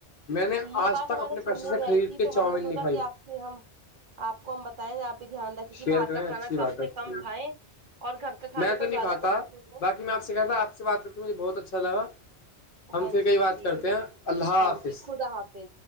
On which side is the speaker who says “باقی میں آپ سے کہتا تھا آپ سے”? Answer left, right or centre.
Left